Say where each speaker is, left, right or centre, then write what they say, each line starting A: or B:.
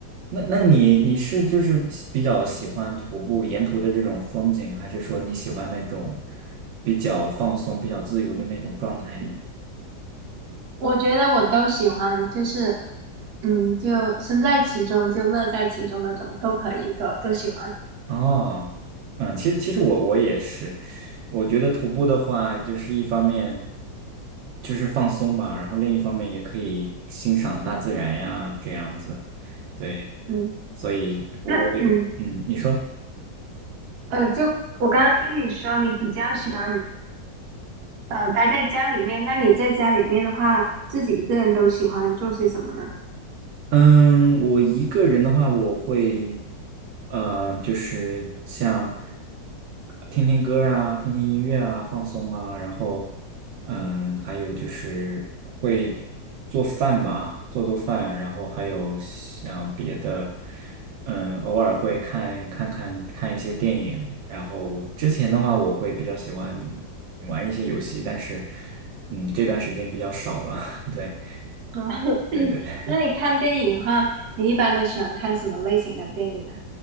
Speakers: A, on the right (about 80°); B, on the right (about 65°).
A: 那那你你是就是比较喜欢徒步沿途的这种风景，还是说你喜欢那种比较放松、比较自由的那种状态呢？
B: 我觉得我都喜欢，就是嗯，就身在其中，就乐在其中那种，都可以，都都喜欢，
A: 哦，嗯，其实其实我我也是，我觉得徒步的话，就是一方面就是放松吧，然后另一方面也可以欣赏大自然呀，这样子。对，
B: 嗯，
A: 所以我我也嗯，
B: 那嗯。
A: 你说。
B: 呃，就我刚刚听你说，你比较喜欢呃待在家里面，那你在家里面的话，自己一个人都喜欢做些什么呢？
A: 嗯，我一个人的话，我会，呃，就是像听听歌啊，听听音乐啊，放松啊，然后，嗯，还有就是会做饭吧，做做饭，然后还有像别的，嗯，偶尔会看看看看一些电影，然后之前的话，我会比较喜欢玩一些游戏，但是，嗯，这段时间比较少了，<laughs> 对。
B: <laughs> 嗯
A: 对对对。
B: <coughs> 那你看电影的话，你一般都喜欢看什么类型的电影啊？